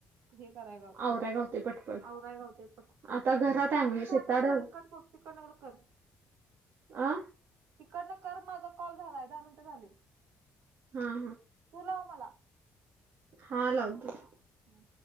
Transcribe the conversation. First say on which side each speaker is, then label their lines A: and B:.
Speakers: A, on the right; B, on the right.
A: हे कराय गावतय
B: आवराय पटपट
A: आवराय गावतं पटपट
B: आता घरात आहे
A: चालतय
B: मी शेताड
A: दहा मिनटं झालं
B: अ
A: क कोती कडल का
B: हा
A: तिकडन कर माझा कॉल झालाय दहा मिनट झाले
B: हा
A: तू लाव मला
B: हा लावते
A: ह